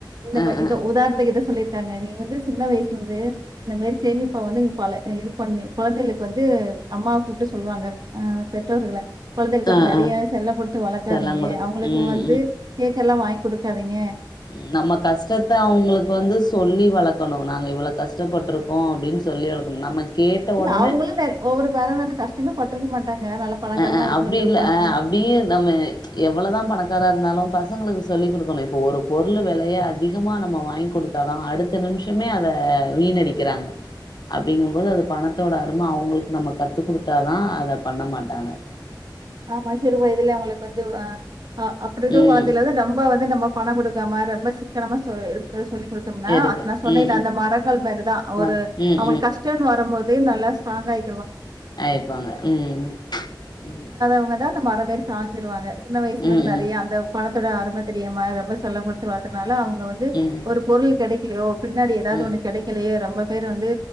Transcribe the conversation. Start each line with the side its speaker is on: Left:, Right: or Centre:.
Right: இந்த
Left: ஆ
Right: மாரி இதோ
Left: ஆ
Right: உதாரணத்துக்கு இத சொல்லி இருக்காங்க நீங்க வந்து சின்ன வயசுல இருந்து இந்த மாரி சேமிப்பா வந்து நீ பழ அ இது பண்ணு குழந்தைகளுக்கு வந்து அம்மவ கூட்டு சொல்லுவாங்க ஆஹ் பெற்றோர்கள குழந்தைகளுக்கு
Left: ஆ
Right: நெறைய
Left: ஆ
Right: செல்ல கொடுத்து வளர்க்காதீங்க
Left: செல்லங் குடுத்து
Right: அவங்களுக்கு
Left: ம்
Right: வந்து கேக்க எல்லா வாங் கொடுக்காதீங்க
Left: உம் நம்ம கஷ்டத்த அவங்களுக்கு வந்து சொல்லி வளர்க்கணும் நாங்க இவ்வளவு கஷ் கஷ்டப்பட்டும் அப்படின்னு சொல்லி வளக்கும் நம்ம கேட்ட
Right: இல்ல
Left: ஒடனே
Right: அவங்களும் வேற ஒவ்வொரு பேர வந்து கஷ்டமே ப ற்றுக்க மாட்டாங்க நல்ல பணக்காரங்களா
Left: அஹ் அஹ்
Right: இருந்து
Left: அப்படி
Right: வந்திருப்பாங்க.
Left: இல் அஹ் அப்படியே நம்ம எவ்வளவுதான் பணக்காரா இருந்தாலும் பசங்களுக்கு சொல்லிக் கொடுக்கணும் இப்போ ஒரு பொருள் விலையை அதிகமா நம்ம வாங்கி கொடுத்தாதான் அடுத்த நிமிஷமே அதை வீணடிக்கிறாங்க அப்படிங்கும்போது அது பணத்தோட அரும அவங்களுக்கு நம்ம கத்து கொடுத்தா அத பண்ண மாட் தான
Right: ஆமா சிறுவயத இதுலயே அவங்களுக்கு வந்து ஆஹ் ஆஹ் அப்படி இரு
Left: ம்
Right: குழந்தை வந்து ரொம்ப வந் த்த நம்ம பணம் கொடுக்காம ரொம்ப சிக்கனமா சொ இருக்க சொல் கொடுத்தம்னா
Left: எதுக்கு
Right: அந் நா சொன்னேல
Left: ம் ம்
Right: அந்த மரங்கள் மாரிதான் ஒரு
Left: வா ம்
Right: அவங்களுக்கு கஷ்டம்ன்னனு வரும்போ து நல்ல ஸ்ட்ராங்க ஆய
Left: ஆயப்பாங்க உம் உம்
Right: அவங்க தான் அந்த மரமாரி சஞ்சருவாங்க சின்ன வயசுலந்து
Left: ம்
Right: நெறைய
Left: ம்
Right: அந்த ட ஆர்ம தெரியாம ரொம்ப செல்லம் கொடுத்து வளர்த்தனால அவங்க வந்து
Left: ம்
Right: ஒரு பொருள் கிட லோ பின்னாடி ஏதாவது
Left: ம்
Right: ஒண்ணு கடைக்கலையே ரொம்ப பேர் வந்து